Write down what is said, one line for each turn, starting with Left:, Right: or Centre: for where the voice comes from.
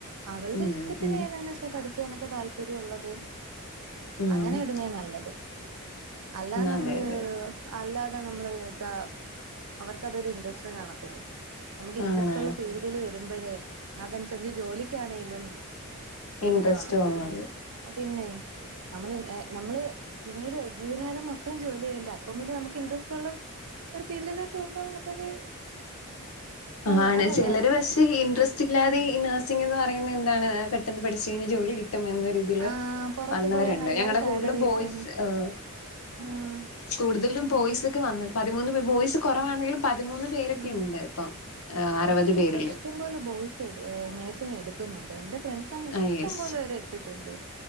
Right: അവള്ടെ
Left: ഉം
Right: ഇഷ്ടത്തിന്
Left: ഉം
Right: ഏതാന്ന് വെച്ചാ പഠിക്ക് നൊക്കെ താല്പര്യം ഉള്ളതും
Left: ഉം
Right: അങ്ങനെ വിടുന്നേ നല്ലത് അല്ല നമ്മള്
Left: അതെ അതെ അതെ
Right: അല്ലാ അല്ലാതെ നമ്മള് വിട്ടാ അവർക്ക് അതൊരു ഇന്റസ്റ്റ് കാണെത്തില്ലെ നമുക്ക് ഇൻട്രസ്റ്റ്
Left: ആണാണ്
Right: ഇള്ള ഫീൽഡില് വരുമ്പഴേ അതൻസരിച്ച് ജോലിക്കാണെേലും ഒരിത്
Left: ഇൻട്രസ്റ്റ്
Right: കാണത്തോളു
Left: തോന്നുന്നത്
Right: അപിന്നെ നമ്മള് നമ്മള് പിന്നീട് ജീവിതകാലം മൊത്തം ജോലി ചെയ്യുണ്ട അപ്പ പിന്നെ നമുക്ക് ഇൻട്രസ്റ്റ് ഉള്ള ഒരു ഫീൽഡിലോട്ട് പോകുമ്പോ നമുക്കത് നല്ല
Left: ആണ്
Right: അതല്ലേ
Left: ചെലര്
Right: നല്ലത്
Left: പക്ഷെ ഇന്റസ്റ്റ് ഇല്ലാതെഈ നഴ്സിംഗ എന്ന് പറ പറയുന്നതെന്താണ് പെട്ടെന്ന് പഠിച്ച് കഴിഞ്ഞാ ജോലി കിട്ടും എന്ന രീതീല്
Right: ആ പുറത്ത്
Left: വന്നവര്ണ്ട്
Right: പോയാ നല്ല
Left: ഞങ്ങടെ
Right: സാലറി
Left: കൂടുതലും
Right: കിട്ടും
Left: ബോയിസ് ഹ്
Right: ഉം
Left: കൂട്തലും ബോയ്സ് ഒക്കെ വന്ന് പതിമൂന്ന് പേ ബോയ്സ് കൊറവാണേലും പതിമൂന്ന് പേരൊക്കെ
Right: ഉം
Left: ഇണ്ട് ഇപ്പം അറുപത്
Right: പക്ഷെ
Left: പേരില്
Right: ഇപ്പൊ ഇഷ്ടംപോലെ ബോയ്സ് നേഴ്സിങ് എടുക്കുന്നുണ്ട് എൻ്റെ ഫ്രണ്ട്സ ന്നെ ഇഷ്ടം
Left: ആ യെസ്
Right: പോലെവരെ എട്ത്തിട്ട്ണ്ട്